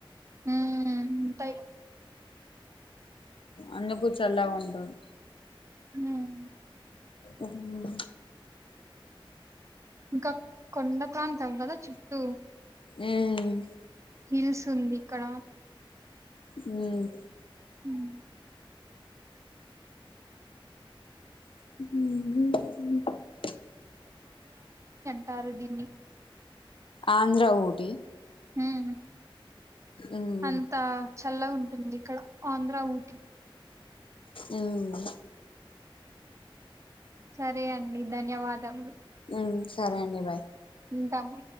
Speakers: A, on the right; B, on the left.
A: ఉమ్ ఉంటయి
B: అందుకు చల్లగా ఉంటది
A: ఉమ్
B: ఉమ్
A: ఇంకా కొండ ప్రాంతం కద చుట్టూ.
B: ఉమ్
A: హిల్స్ ఉంది ఇక్కడ.
B: ఉమ్
A: ఉమ్
B: ఉమ్
A: టారు దీన్ని.
B: ఆంధ్ర ఊటి
A: హ్మ్
B: ఉమ్
A: అంతా చల్లగ ఉం టుంది ఇక్కడ ఆంధ్ర, ఊటి.
B: ఉమ్
A: సరే అండి ధన్యవాదములు.
B: ఉమ్ సరే అండి బాయ్.
A: ఉంటాము.